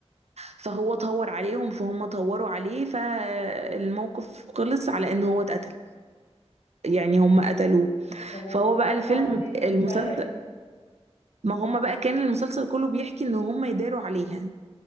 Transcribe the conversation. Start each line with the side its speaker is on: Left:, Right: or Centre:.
Right: فهو طور عليهم فهم طوروا عليه فالموقف خلص على ان هو اتقتل يعني هم قتلوه
Left: طب وكنت
Right: فهو بقى الفيلم
Left: بعمل إيه رد
Right: المسلسل
Left: فعلها إيه
Right: ما هم بقى كان المسلسل كله بيحكي ان هم يداروا عليها